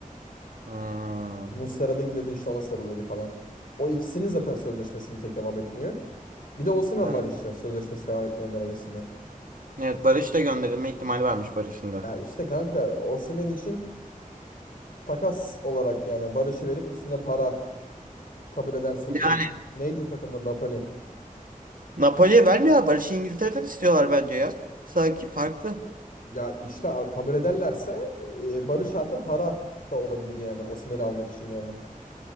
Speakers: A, on the right; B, on the left.
A: Hmm.
B: Muslera da gidiyordu işte ona sarılıyordu falan. O ikisinin zaten sözleşmesi bir tek devam etmiyor. Bir de Osimhen
A: Ben-
B: var işte sözleşmesi devam etmeyenler arasında.
A: evet Barış da gönderilme ihtimali varmış Barış'ın da.
B: Ya işte kanka Osimhen için takas olarak yani Barış'ı verip üstüne para kabul ederse şey.
A: Yani
B: Neydi takımda Napoli?
A: Napoli'ye vermiyor. ya. Barış'ı İngiltere'den istiyorlar bence ya. Sanki farklı.
B: Ya işte a- kabul ederlerse e, Barış artı para da olabilir yani Osimhen'i almak için yani.